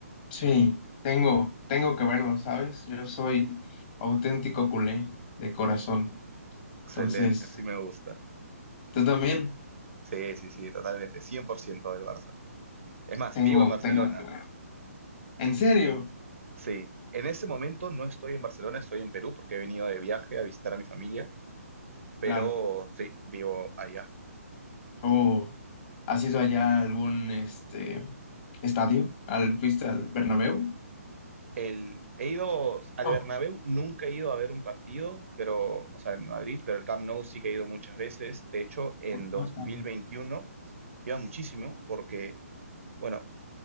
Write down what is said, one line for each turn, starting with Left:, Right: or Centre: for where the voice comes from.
Left: Sí, tengo, tengo que verlo, ¿sabes? Yo soy auténtico culé de corazón, entonces
Right: Excelente, así me gusta.
Left: tú también
Right: Sí, sí, sí, totalmente, 100% del Barça. Es más,
Left: tengo,
Right: vivo en Barcelona,
Left: tengo que verlo. ¿En serio?
Right: Sí, en ese momento no estoy en Barcelona, estoy en Perú porque he venido de viaje a visitar a mi familia, pero
Left: Claro.
Right: sí, vivo allá.
Left: Oh, ¿has ido allá a algún este estadio? ¿Al, fuiste al Bernabéu?
Right: El, he ido al
Left: No,
Right: Bernabéu, nunca he ido a ver un partido, pero, o sea, en Madrid, pero el Camp Nou sí que he ido muchas veces. De hecho, en dos
Left: bueno,
Right: mil veintiuno iba muchísimo porque, bueno,